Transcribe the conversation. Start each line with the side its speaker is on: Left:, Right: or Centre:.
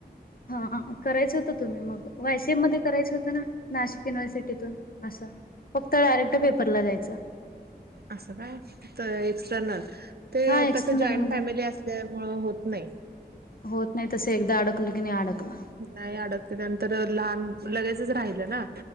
Left: हां हां, करायचं होतं तुम्ही मग, वाय सी एम मध्ये करायचं होतं ना. नाशिक युनिव्हर्सिटीतून असं, फक्त डायरेक्ट पेपरला जायचं.
Right: असं का फक्त एक्सटर्नल? ते
Left: हा एक्सटर्नल
Right: कसं जॉईंट
Left: मध्ये
Right: फॅमिली अस ल्या मुळ, होत नाही.
Left: होत नाही, तसं एकदा अडकलं की, नही अडकलं.
Right: नाही अडकते, नंतर लहान लगेचच राहिलं ना.